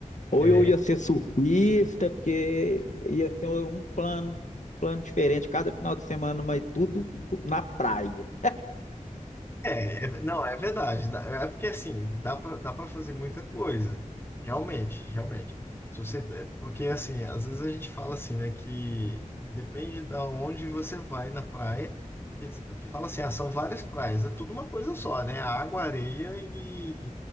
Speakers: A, on the left; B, on the left.
A: Ou
B: É,
A: eu ia ser surfista, porque ia ser um plano, um plano diferente cada final de semana, mas tudo inclu- na praia.
B: é, é- não, é verdade. dá- É porque assim, dá pra, dá pra fazer muita coisa. Realmente, realmente. Se você, é, porque assim, às vezes a gente fala assim, né, que depende da onde você vai na praia, que fala assim, ah, são várias praias, é tudo uma coisa só, né? Água, areia e,